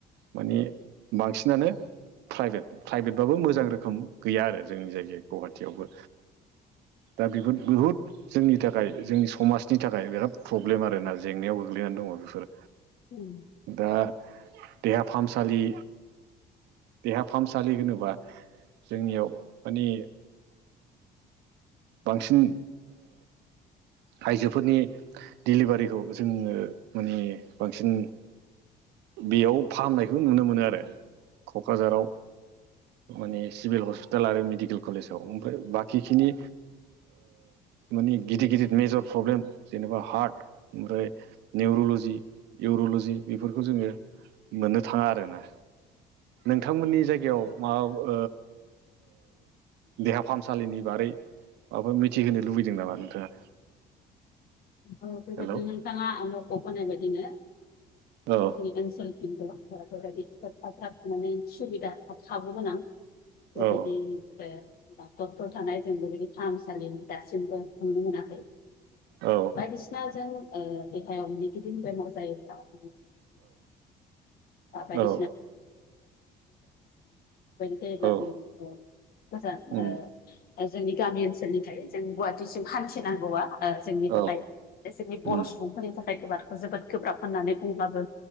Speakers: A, on the right (about 85°); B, on the left (about 60°).
A: माने बांसिनानो प्राइभेट प्राइभेटबाबो मोजां रोखोम गैया आरो जोंनि जायगायाव। गुवाहाटियावबो दा बेफोर बहुद जोंनि थाखाय जोंनि समाजनि थाखाय बिराद प्रब्लेम आरोना जेंनायाव गोग्लैनानै दङ बेफोर।
B: उम।
A: दा देहा फाहामसालि देहा फाहामसालि होनोबा जोंनियाव मानिे बांसिन आइजोफोरनि डेलिभारिखौ जोङो माने बांसिन बेयाव फाहामनायखौ नुनो मोनो आरो क'क्राझाराव माने सिभिल हस्पिटाल आरो मेडिकेल कलेज ओमफ्राय बाखिखिनि माने गिदिर गिदिर मेजर प्रब्लेम जेनेबा हार्ट ओमफ्राय निउर' 'लजि इउर'ल'जि बेफोरखौ जोङो मोननो थाङा आरोना नोंथांमोननि जायगायाव माबा देहा फाहामसालिनि बारै माबाफोर मिथिहोनो लुबैदों नामा नोंथाङा
B: औ बेबायदि
A: हेलौ
B: नोंथाङा आं न'खौ फोनाय बायदिनो
A: औ
B: <inaudible> एफाब लाखिनानै सुबिदा साबोगोन आं बेबायदि
A: औ
B: डक्टरफोर थानाय जोंबो फाहामसालि दासिमबो नुनो मोनाखै
A: औ
B: बायदिसिनाजों देहायाव नेगिदिं बेमार जायोब्ला <inaudible> फोरबायदि
A: औ
B: जायोब्ला
A: औ
B: जों गोजान
A: उम उम
B: जोंनि गामि ओनसोलनिफ्राय जों गुवाहाटिसिम हान्थिनांगौआ जोंनि थाखाय
A: औ
B: जोंनि बर'
A: उम
B: सुबुंफोरनि थाखाय जोबोद गोब्राब होननानै बुंब्लाबो